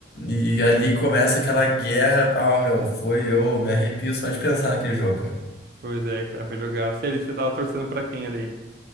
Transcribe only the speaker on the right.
Pois é, cara, foi jogaço. E ali, você tava torcendo pra quem ali?